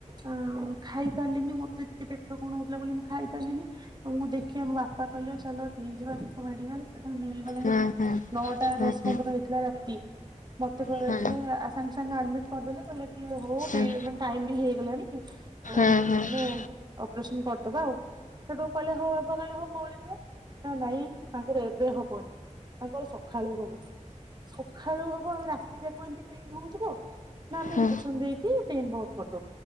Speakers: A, on the right; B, on the left.
A: ଆ ମ ଖାଇ ପାରିଲିନି ମୋତେ ଏତେ ପେଟ କଣ ହଉଥିଲା ବୋଲି ମୁଁ ଖାଇ ପାରିଲିନି। ଆଉ ମୁଁ ଦେଖିଆ ମୋ ବାପା କହିଲେ ଚାଲ ନେଇଯିବା ତାକୁ ମେଡିକାଲ ତାକୁ ନେଇଗଲେ
B: ହୁଁ
A: ଯେମିତି।
B: ହୁଁ
A: ନଅଟା
B: ହୁଁ
A: ଦଶ ପନ୍ଦର ହେଇଥିଲା ରାତି। ମୋତେ କହିଲେ
B: ହୁଁ ହୁଁ
A: ଆ ସାଙ୍ଗେ ସାଙ୍ଗେ ଆଡ଼ମିଟ କରିଦେଲେ କହିଲେ କି ଓହୋ
B: ହୁଁ ହୁଁ
A: ଡି ମାନେ ଟାଇମ ବି ହେଇଗଲାଣି। ଆଉ
B: ହୁଁ ହୁଁ ହୁଁ।
A: ମାନେ ଅପରେସନ କରିଦବା ଆଉ। ସେଠୁ କହିଲେ ହଉ ବାପା କହିଲେ ହଉ କରିଦିଅ ନା ନାଇଁ ତାଙ୍କର ଏବେ ହବନି। ତାଙ୍କର ସଖାଳୁ ହବ ସଖାଳୁ ହବ ରାତି ଯାକ ଏମିତି ପେନ୍ ହଉଥିବ। ନା ଆମେ
B: ହୁଁ
A: ଇଞ୍ଜେକ୍ସନ ଦେଇକି ପେନ ବନ୍ଦ କରିଦବୁ